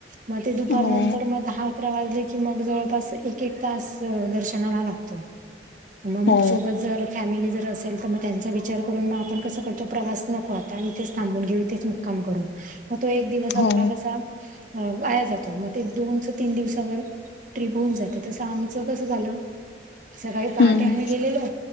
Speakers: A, on the right; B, on the left.
A: म ते दुपार
B: हो,
A: नंतर म दहा अकरा वाजले की मग जवळपास एक-एक तास दर्शनाला लागतो. म
B: हो,
A: सोबत जर फॅमिली जर असेल तर मग त्यांचा विचार करून मग आपण कसं करतो, प्रवास नको आता इथेच थांबून घेऊ, इथेच मुक्काम करून. म तो एक दिवस
B: हो.
A: आपला कसा अ वाया जातो. मग ते दोनच तीन दिवसावर ट्रीप होऊन जाते, तस आम्ही चं कस झालं. सकाळी पहाटे
B: हं.
A: आम्ही गेलेलो.